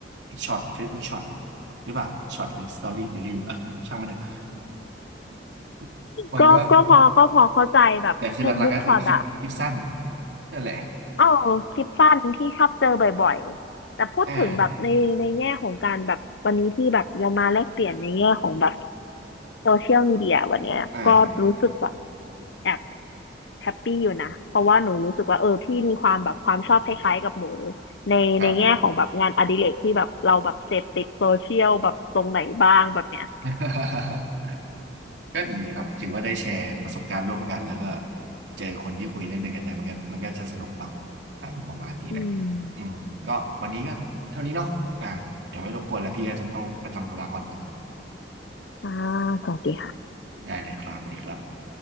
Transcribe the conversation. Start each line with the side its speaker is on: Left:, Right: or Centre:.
Right: ช็อต Facebook ช็อตหรือเปล่าช็อตหรือสตอรี่หรือรีวอ่ะช่างมันเถอะ <laughs> มันก็
Left: ก็ก็พอก็พอเข้าใจแบบ
Right: แต่คือหลักๆก็คือคลิปคลิปสั้น
Left: Facebook Short อะ
Right: นั่นแหละ
Left: เออคลิปสั้นที่ชอบเจอบ่อยๆแต่พูดถึงแบบในในแง่ของการแบบวันนี้ที่แบบเรามาแลกเปลี่ยนในแง่ของแบบ
Right: อ่า
Left: โซเชียลมีเดียวันเนี้ยก็รู้สึกแบบ
Right: อ่าค
Left: แอบ แฮปปี้อยู่นะ เพราะว่าหนูรู้สึกว่าเออพี่มีความแบบความชอบคล้ายๆกับหมูในในแง่ของแบบงานอดิเรกที่แบบเราแบบเสพติดโซเชียลแบบตรงไหนบ้างแบบเนี้ย
Right: รับ <laughs> ก็ดีครับถือว่าได้แชร์ประสบการณ์ร่วมกันแล้วก็เจอคนที่คุยเรื่องเดียวกันได้มันก็มันก็จะสนุกเนาะอารมณ์ประมาณนี้แหละ
Left: อืม
Right: อืมก็วันนี้ก็เท่านี้เนาะอ่ะเดี๋ยวไม่รบกวนแล้วพี่ก็จะต้องไปทำธุระก่อนเหมือนกัน
Left: อ่าสวัสดีค่ะ
Right: ได้เลยครับสวัสดีครับ